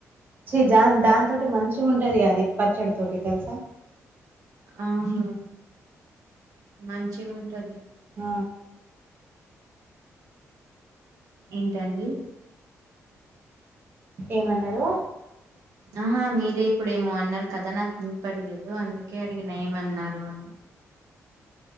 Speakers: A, on the right; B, on the right.
A: చే దాన్ దాం తటి మంచిగా ఉంటది అది పచ్చడితోటి తెలుసా
B: అవును మంచిగుంటది
A: ఆ
B: ఏంటండి
A: ఏమన్నారు
B: ఆహా మీరే ఇప్పుడేమో అన్నారు కదా నాకు వినపడలేదు అందుకే అడిగినా ఏమన్నారు అని